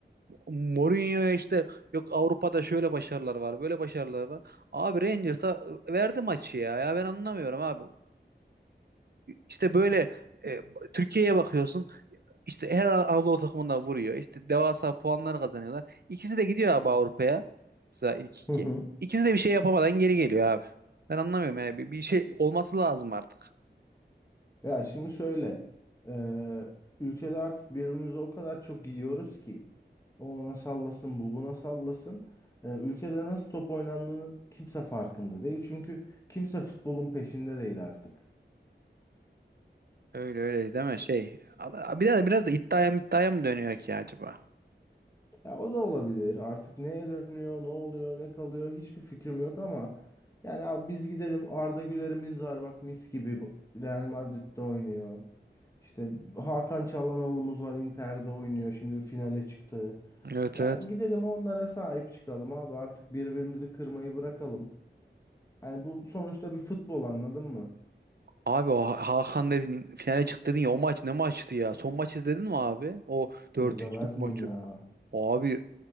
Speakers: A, on the right; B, on the left.
A: Mourinho'ya işte yok Avrupa'da şöyle başarılar var, böyle başarılar var. Abi Rangers'a verdi maçı ya. Ya ben anlamıyorum abi. İşte böyle e, Türkiye'ye bakıyorsun. İşte her Anadolu takımında vuruyor. İşte devasa puanlar kazanıyorlar. İkisi de gidiyor abi Avrupa'ya. Mesela ilk iki.
B: Hı hı.
A: İkisi de bir şey yapamadan geri geliyor abi. Ben anlamıyorum yani. Bir, bir şey olması lazım artık.
B: Ya şimdi şöyle, eee, ülkede artık birbirimizi o kadar çok yiyoruz ki o ona sallasın, bu buna sallasın. Eee, ülkede nasıl top oynandığını kimse farkında değil çünkü kimse futbolun peşinde değil artık.
A: Öyle öyle değil mi? Şey. Bir de biraz da iddiaya mı iddiaya mı dönüyor ki acaba?
B: Ya o da olabilir. Artık neye dönüyor, ne oluyor, ne kalıyor hiçbir fikrim yok ama yani abi biz gidelim Arda Güler'imiz var bak mis gibi Bu- Real Madrid'de oynuyor. İşte Hakan Çalhanoğlu'muz var Inter'de oynuyor şimdi finale çıktı.
A: Evet
B: Ya
A: evet.
B: gidelim onlara sahip çıkalım abi artık birbirimizi kırmayı bırakalım. Yani bu sonuçta bir futbol anladın mı?
A: Abi o Ha- Hakan dedin finale çıktı dedin ya o maç ne maçtı ya? Son maç izledin mi abi? O dört
B: İzlemez
A: üçlük maçı.
B: miyim ya?
A: Abi